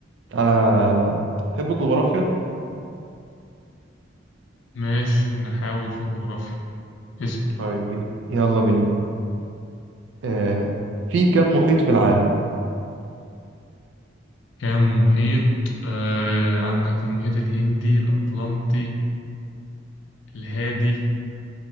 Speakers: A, on the right; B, on the left.
A: انا بحب الجغرافيا
B: ماشي نحاول في الجغرافيا اسأل
A: طيب يلا بينا آه. في كم محيط في العالم؟
B: كام محيط آه عندك المحيط الهندي الأطلنطي الهادي